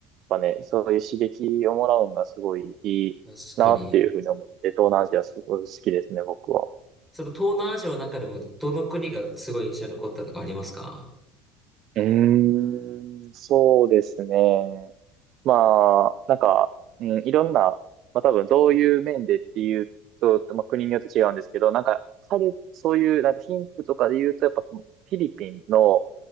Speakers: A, on the right; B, in the centre.
A: ぱね、そういう刺激をもらうんがすごいいいなっていうふうに思って、
B: 確かに。
A: 東南アジアすごい好きですね、僕は。
B: その東南アジアの中でもどの国がすごい印象に残ったとかありますか
A: うーん、そうですね。まあ、なんか、うん、いろんな、まあ多分どういう面でっていうと、まあ、国によって違うんですけど、なんか、彼、そういう、なんか貧富とかで言うと、やっぱフィリピンの